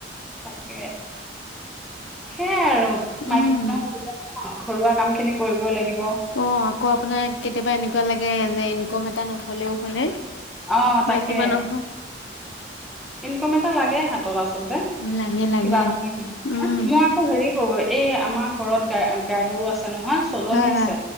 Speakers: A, in the centre; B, on the left.
A: তাকে সেইয়াই আৰু মাইকী
B: উম
A: মানুহৰ ঘৰুৱা কাম খিনি কৰিবই লাগিব।
B: অ আকৌ আপোনাৰ কেতিয়াবা এনেকুৱা লাগে যে ইনকম এটা নহলেও হয়নে।
A: আহ
B: মাইকী
A: তাকে।
B: মানুহৰ <inaudible>
A: ইনকম এটা লাগে হাতত আচলতে।
B: লাগে লাগে
A: কিবা নহয় কিবা
B: উম
A: মই আকৌ হেৰি কৰো এই আমাৰ ঘ ঘৰত গা গাই গৰু আছে নহয় ছজনী
B: হয় হয়
A: আছে